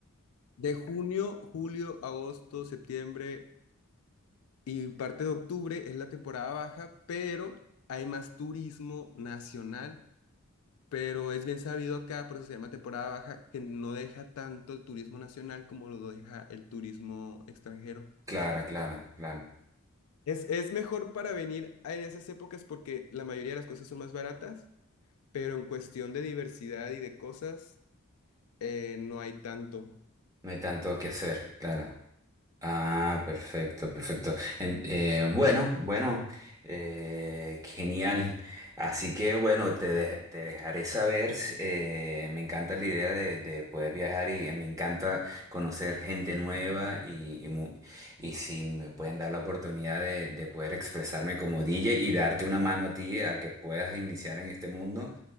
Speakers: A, on the left; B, on the right.
A: De junio, julio, agosto, septiembre y parte de octubre es la temporada baja, pero hay más turismo nacional, pero es bien sabido acá, por eso se llama temporada baja, que no deja tanto el turismo nacional como lo deja el turismo extranjero.
B: Claro, claro, claro.
A: Es, es mejor para venir a- en esas épocas porque la mayoría de las cosas son más baratas, pero en cuestión de diversidad y de cosas, eh, no hay tanto.
B: No hay tanto que hacer, claro. Ah, perfecto, perfecto. En- eh, bueno, bueno, eh, genial. Así que bueno, te, de- te dejaré saber. eh, me encanta la idea de, de poder viajar y me encanta conocer gente nueva y, y, mu- y si me pueden dar la oportunidad de, de poder expresarme como DJ y darte una mano a ti a que puedas iniciar en este mundo,